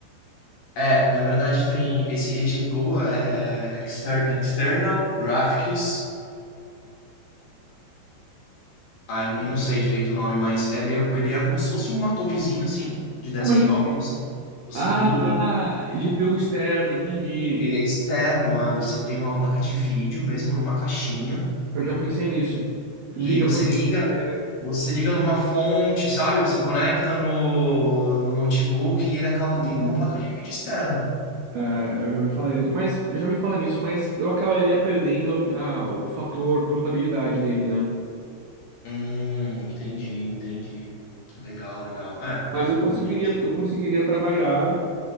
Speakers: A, on the left; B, on the right.
A: É, na verdade tem esse eGPU, é, é Exter- External Graphics, ah, eu eu não sei direito o nome, mas ele, é- ele é como se fosse uma torrezinha assim, de desktop,
B: É uma GPU.
A: você, você
B: Ah,
A: pluga,
B: GPU externa, entendi.
A: ele é externo, ah, você tem uma placa de vídeo mesmo numa caixinha,
B: Eu já pensei nisso. Liga
A: e você
B: por USB,
A: liga,
B: né?
A: você liga numa fonte, sabe? Você conecta no, no notebook e ele acaba
B: Uhum.
A: tendo uma placa de vídeo externa.
B: É, eu já me falei, mas eu já me falar nisso, mas eu acabaria perdendo a mi- a- o fator portabilidade dele, né?
A: Hum, entendi, entendi. Legal, legal. É,
B: Mas eu conseguiria,
A: realmente.
B: eu conseguiria trabalhar